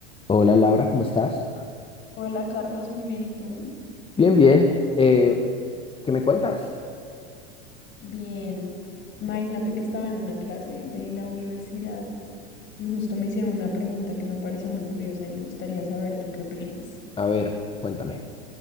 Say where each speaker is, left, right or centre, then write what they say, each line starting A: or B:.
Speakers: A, on the left; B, on the left.
A: Hola Laura, ¿cómo estás?
B: Hola Carlos, muy bien, ¿y tú?
A: Bien, bien. Eh, ¿qué me cuentas?
B: Bien, imagínate que estaba en una clase de la universidad y justo me hicieron una pregunta que me pareció muy curiosa y me gustaría saber tú qué opinas.
A: A ver, cuéntame.